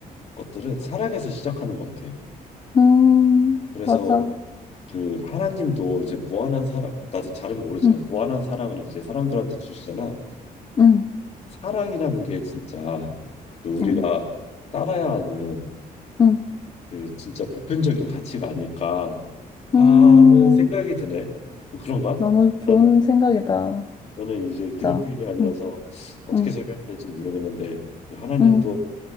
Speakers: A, on the left; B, on the left.
A: 것들은 사랑에서 시작하는 것 같아.
B: 음,
A: 그래서
B: 맞아.
A: 그 하나님도 이제 무한한 사랑, 나도 잘은 모르지만
B: 음,
A: 무한한 사랑을 이제 사람들한테 주시잖아.
B: 음,
A: 사랑이라는 게 진짜 그 우리가
B: 음,
A: 따라야 하는
B: 음,
A: 그 진짜 보편적인 가치가 아닐까
B: 음.
A: 하는 생각이 드네. 뭐 그런가?
B: 너무 좋은
A: 어,
B: 생각이다.
A: 나는 이제
B: 진짜.
A: 기독교인이 아니라서
B: 응,
A: 어떻게
B: 응,
A: 설명해야 될지 모르겠는데 그 하나님도
B: 응.